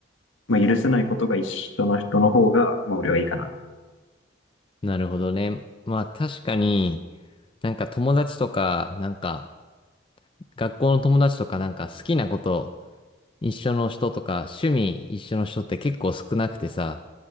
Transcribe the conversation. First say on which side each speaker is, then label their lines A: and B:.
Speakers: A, on the left; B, on the left.
A: まあ、許せないことが一緒の人の方が、まあ俺はいいかな。
B: なるほどね。まあ確かに、なんか友達とか、なんか学校の友達とかなんか好きなこと一緒の人とか趣味一緒の人って結構少なくてさ、